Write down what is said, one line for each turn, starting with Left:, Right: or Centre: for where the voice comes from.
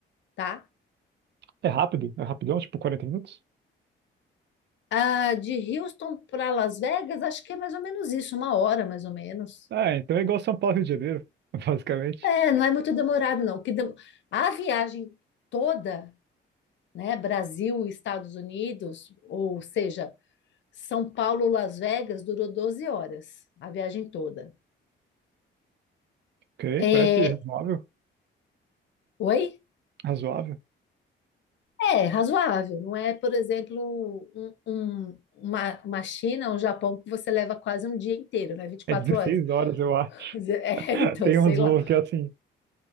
Left: tá?
Right: É rápido? É rapidão? Tipo 40 minutos?
Left: Ah, de Houston para Las Vegas, acho que é mais ou menos isso, uma hora mais ou menos.
Right: Ah, então é igual São Paulo e Rio de Janeiro, <laughs> basicamente.
Left: É, não é muito demorado, não. O Que dem- A viagem toda, né, Brasil, e Estados Unidos, ou seja, São Paulo, Las Vegas, durou 12 horas, a viagem toda.
Right: Ok,
Left: É,
Right: parece razoável.
Left: Oi?
Right: Razoável.
Left: É razoável, não é, por exemplo, um- um- uma, uma China, um Japão que você leva quase um dia inteiro, né? vinte e quatro
Right: É 16
Left: horas.
Right: horas, eu acho.
Left: <laughs> é,
Right: <laughs>
Left: então,
Right: Tem
Left: sei
Right: uns
Left: lá.
Right: voos que é assim.